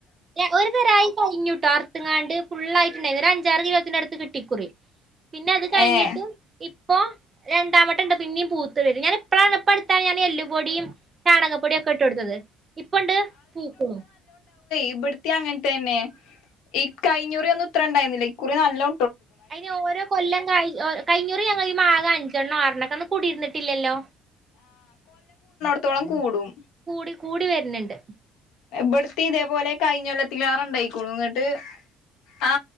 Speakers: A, on the right (about 25°); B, on the left (about 80°).
A: ഞ ഒരു തരായി കഴിഞ്ഞൂട്ടോ എടുത്തെങ്ങാണ്ട് ഫുള്ള് ആയി ഇതൊരു അഞ്ചാറ് കിലോത്തിന്റെടുത്ത് കിട്ടി ഇക്കുറി പിന്നെ അത് കഴിഞ്ഞിട്ടും
B: ഏഹ്
A: ഇ ഇപ്പോ രണ്ടാവട്ടം ഉണ്ട് പിന്നെയും പൂത്ത് വരും ഞാൻ ഇപ്പഴാണ് ഇപ്പ അടുത്താണ് ഞാൻ എല്ലുപൊടിയും ചാണകപ്പൊടിയൊക്കെ ഇട്ട് കൊടുത്തത് ഇപ്പണ്ട് പൂക്കുണു
B: ഇവിടുത്തേം അങ്ങനത്തെ തന്നെ ഈ കഴിഞ്ഞകുറി ഒന്നും ഇത്രേം ഉണ്ടായിരുന്നില്ല ഇക്കുറി നല്ലോ
A: അതിന് ഓരോ കൊല്ലം ക കഴിഞ്ഞകുറി ഞങ്ങൾ ഈ മാതകം അഞ്ചെണ്ണം ആറെണ്ണം ഒക്കെന്ന് കുടിയിരുന്നിട്ടില്ലല്ലോ
B: ത്തോളം കൂടും
A: കൂടി കൂടി വരുന്നുണ്ട്
B: ഇവിടത്തെ ഇതേപോലെ കഴിഞ്ഞ കൊല്ലത്തിലേറെണ്ടായിക്കോണു എന്നിട്ട് ആ